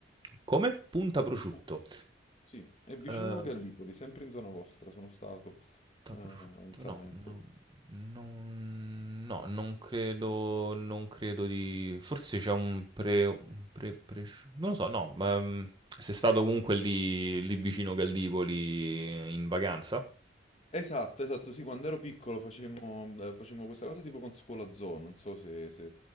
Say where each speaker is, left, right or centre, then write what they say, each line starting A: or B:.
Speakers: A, on the right; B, on the left.
A: come? Punta prosciutto.
B: Pu- Sì, è vicino
A: Uhm
B: Gallipoli, sempre in zona vostra, sono stato
A: Da
B: eh,
A: prosciutto,
B: in Salento.
A: no, no, non, no, non credo, non credo di... Forse c'è un pre, un pre, presci- non lo so, no, ma ehm, sei stato comunque lì, lì vicino Gallipoli in vacanza?
B: Esatto, esatto, sì, quando ero piccolo facemmo, eh, facemmo questa cosa tipo con Scuola Zoo, non so se, se